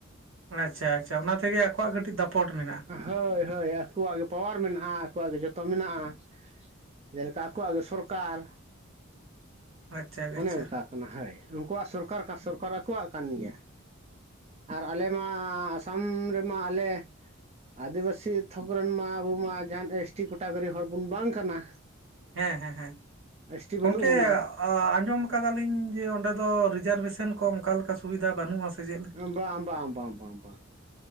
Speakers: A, on the right (about 70°); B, on the right (about 30°).
A: ᱟᱪᱪᱷᱟ, ᱟᱪᱪᱷᱟ, ᱚᱱᱟ ᱛᱮᱜᱮ ᱟᱠᱚᱣᱟᱜ ᱠᱟᱹᱴᱤᱡ ᱫᱟᱯᱚᱴ ᱢᱮᱱᱟᱜᱼᱟ
B: ᱦᱳᱭ ᱦᱳᱭ ᱟᱠᱚᱣᱟᱜ ᱜᱮ ᱯᱟᱣᱟᱨ ᱢᱮᱱᱟᱜᱼᱟ ᱟᱠᱚᱣᱟᱜ ᱜᱮ ᱡᱚᱛᱚ, ᱛᱚ ᱢᱮᱱᱟᱜᱼᱟ ᱡᱮᱞᱮᱠᱟ ᱟᱠᱚᱣᱟᱜ ᱜᱮ ᱥᱚᱨᱠᱟᱨ᱾
A: ᱟᱪᱪᱷᱟ
B: ᱚᱱᱮ
A: ᱟᱪᱪᱷᱟ
B: ᱚᱱᱠᱟ ᱠᱟᱱᱟ ᱦᱳᱭ ᱩᱱᱠᱩᱣᱟᱜ ᱥᱚᱨᱠᱟᱨ, ᱥᱚᱨᱠᱟᱨ ᱟᱠᱚᱣᱟᱜ ᱠᱟᱱ ᱜᱮᱭᱟ, ᱟᱨ ᱟᱞᱮ ᱢᱟ ᱟᱥᱟᱢ ᱨᱮᱢᱟ ᱟᱞᱮ
A: <inaudible>
B: ᱟᱹᱫᱤᱵᱟᱹᱥᱤ ᱛᱷᱚᱠ ᱨᱮᱱ ᱢᱟ ᱟᱵᱚ ᱢᱟ ᱡᱟᱦᱟᱱ ᱮᱥ ᱴᱤ ᱠᱳᱴᱟᱜᱚᱨᱤ ᱦᱚᱲ ᱵᱚᱱ ᱵᱟᱝ ᱠᱟᱱᱟ᱾
A: ᱦᱮᱸ ᱦᱮᱸ ᱦᱮᱸ
B: ᱮᱥ ᱴᱤ ᱵᱟᱹᱱᱩᱜ
A: ᱜᱚᱝᱠᱮ
B: ᱵᱚᱱᱟ
A: ᱟᱸᱡᱚᱢ ᱟᱠᱟᱫᱟᱞᱤᱧ ᱡᱮ ᱚᱸᱰᱮ ᱫᱚ ᱨᱤᱡᱟᱨᱵᱷᱮᱥᱚᱱ ᱠᱚ ᱚᱱᱠᱟ ᱞᱮᱠᱟ ᱥᱩᱵᱤᱫᱟ ᱵᱟᱹᱱᱩᱜᱼᱟ ᱥᱮ ᱪᱮᱫ ᱞᱮᱠᱟ,
B: ᱵᱟᱝ ᱵᱟᱝ ᱵᱟᱝ ᱵᱟᱝ